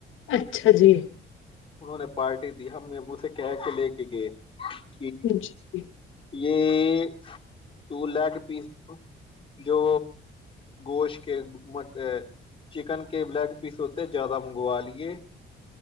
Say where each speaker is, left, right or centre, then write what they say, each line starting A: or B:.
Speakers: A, on the left; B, on the left.
A: اچھا جی <inaudible>
B: انہوں نے پارٹی دی ہم مبوے کہ کے لے کے گئے <inaudible>
A: اچ جی <inaudible>
B: یہ <inaudible> تو لے کے پیسو <inaudible> جو گوشت کے م چکن کے بلیک پیس ہوتے زیادہ منگوا لیے